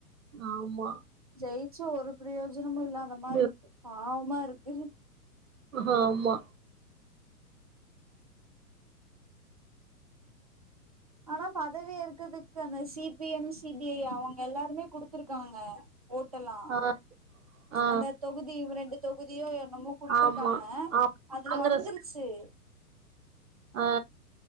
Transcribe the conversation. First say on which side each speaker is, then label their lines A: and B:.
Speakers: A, on the right; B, on the right.
A: ஆமா
B: ஜெயிச்சு ஒரு பிரோயோஜ னமு இல்லாத மாரி
A: ம்,
B: இருக்கு பாவமா இருக்கு
A: அ ஆமா
B: ஆனா பதவி இருக்கதுக்கு அந்த C P M C P I அவங்க எல்லாருமே குடுத்துருக்காங்க ஓட்டலா
A: ஆ ஆ
B: அந்த தொகுதி இவரெண்டு தொகுதியோ எ <unintelligible> குடுத்துருக்காங்க
A: ஆமா ஆ
B: அதுல
A: காங்கிரஸ்
B: வந்துருச்சு
A: ஆ